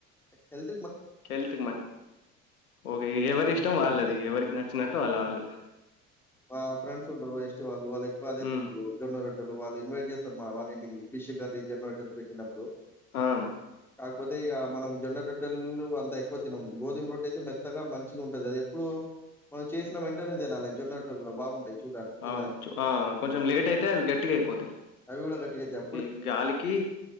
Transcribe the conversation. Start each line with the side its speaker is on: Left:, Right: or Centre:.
Centre: ఎ ఎల్ప్
Left: హెల్త్ కి మం ఓకే ఎవరి ఇష్టం వాళ్ళది ఎవరికి నచ్చినట్టు వాళ్ళ వాళ్ళు
Centre: మా ఫ్రెండ్స్ ఉంటారు ఎస్టి వాళ్ళు వాళ్ళు ఎక్కువ అదే
Left: హ్మ్.
Centre: తింట్రరు జొన్న రో ట్టలు వాళ్ళు ఇన్వైట్ చేస్తారు మా వాళ్ళ ఇంటికి ఫిష్ కర్రీ జోన్న రొట్టలు పెట్టినప్పుడు
Left: ఆ!
Centre: అ కాకపోతే ఇగ మనం జోన్న రొట్టెలు అంత ఎక్కువ తినం గోధుమ రొట్ అయితే మెత్తగా మంచిగా ఉంటది అది ఎప్పుడు మనం చేసిన వెంటనే తినాలా జోన్న రొట్టలు కూడా బాగుంటాయి చూడ్డానికి, తినడానికి.
Left: అవును చు ఆ కొంచెం లేట్ అయితే అవి గట్టిగా అయిపోతాయి
Centre: అవి కూడా గట్టిగయితాయి.
Left: ఈ గాలికి